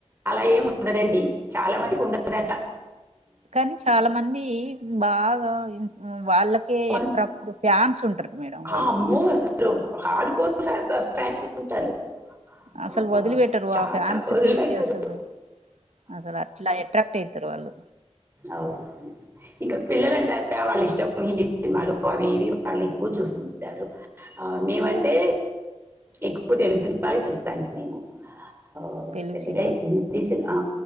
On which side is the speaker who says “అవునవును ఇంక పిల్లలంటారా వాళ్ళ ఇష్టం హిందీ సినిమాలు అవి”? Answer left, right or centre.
Right